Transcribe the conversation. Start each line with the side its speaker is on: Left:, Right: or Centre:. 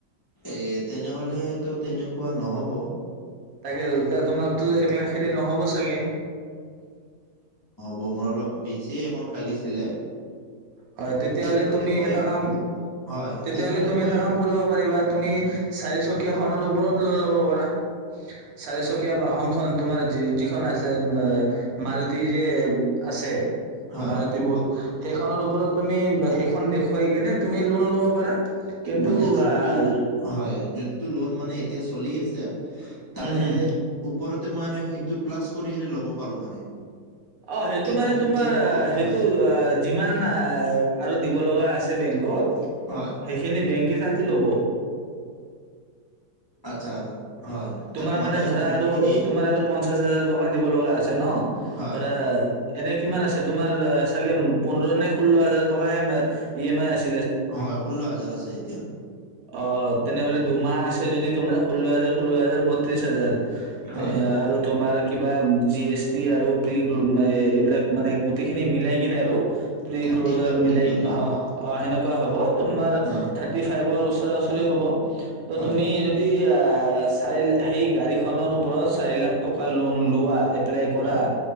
Left: এ ট তেনেহ'লে ত তেনেকুৱা নহ'ব
Right: তাকে ৰ যা তোমাকতো এক লাখেদি নহ'ব চাগে
Left: ব মোৰ অলপ বেছি এমাউন্ট লাগিছিলে
Right: হয় তেতিয়াহ'লে
Left: তেনেহলে
Right: তুমি
Left: মই
Right: এটা কাম
Left: হয়
Right: তেতিয়াহ'লে
Left: তেনেহলে
Right: তুমি
Left: মই
Right: এটা কাম কৰিব পাৰিবা তুমি চাৰিচকীয়া খনৰ ওপৰত লোন ল'ব পাৰা চাৰিচকীয়া বাহনখন তোমাৰ যি যিখন আছে উ বা মাৰুতি যে আছে
Left: হয়
Right: মাৰতি বক সেইখনৰ ওপৰত তুমি সেইখন দেখুৱাই কিনে তুমি লোন ল'ব পাৰা কিন্তু
Left: মানে
Right: ৱা
Left: যোনটো
Right: ল্দ
Left: হয় যোনটো লোন মানে এতিয়া চলি আছে তাৰে
Right: হম হম
Left: ওপৰত ত মই মান সেইটো প্লাছ কৰি কিনে ল'ব পাৰো মানে
Right: অ সেইটো
Left: তেনে
Right: মানে তোমাৰ
Left: তেনেকুৱা
Right: আ
Left: অপচন
Right: সেইটো
Left: আছে
Right: আ যিমান আ আৰু দিব লগা আছে বেংকত
Left: হয়।
Right: সেইখিনি বেংকে যাট কি লব
Left: আচ্ছা হয় তা-
Right: তোমাৰ মানে ধৰা
Left: যোনখিনি
Right: আৰু তোমাৰ আৰু পঞ্চ পঞ্চচ হাজাৰ টকা দিব লগা আছে ছে ন
Left: হয়
Right: ধৰা এনে কিমান আছে তোমাৰ চাগে পোন্ধৰ নে ষোল্ল হাজাৰ টকা M I E M I আছে
Left: হয় ষোল্ল হাজাৰ আছে এতিয়া
Right: অ তেনেহ'লে দুমাহ আছে যদি তোমাৰ ষোল্ল হাজাৰ ষোল্ল হাজাৰ বত্ৰিশ হাজাৰ
Left: হয়
Right: আৰু তোমাৰ কিবা জি এছ টি আৰু প্ৰ গ্ৰুপ এইবিলাক মানে গোটেইখিনি মিলাই সেইখিনি আৰু প্ৰে
Left: থাৰ্টি
Right: ক্লজাৰ
Left: ফাইভ বুলি
Right: মিলাই
Left: ধৰি লওক
Right: আ হেনেকোৱা কোৱা হ'ব তোমাৰ
Left: হয়
Right: থাৰ্টি ফাইভৰ ওচৰা ওচৰি হ'ব ত
Left: হয়
Right: তুমি যদি পাছ অঅঅঅঅঅ চখ সেই গাড়ীখনৰ ওপৰত চাৰি লাখ টকা লু লোন লোৱা এপ্লাই কৰা
Left: হয়